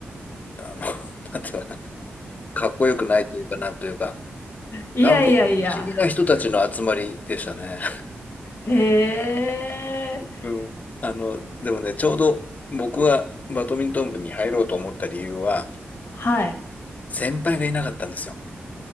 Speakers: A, on the left (about 40°); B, on the left (about 60°).
A: あの、<laughs> なんていうかな、かっこよくないというか、なんというか、
B: いやいやいや、
A: なんか、不思議な人たちの集まりでしたね。
B: へえ、
A: うん。あの、でもね、ちょうど僕がバドミントン部に入ろうと思った理由は、
B: はい。
A: 先輩がいなかったんですよ。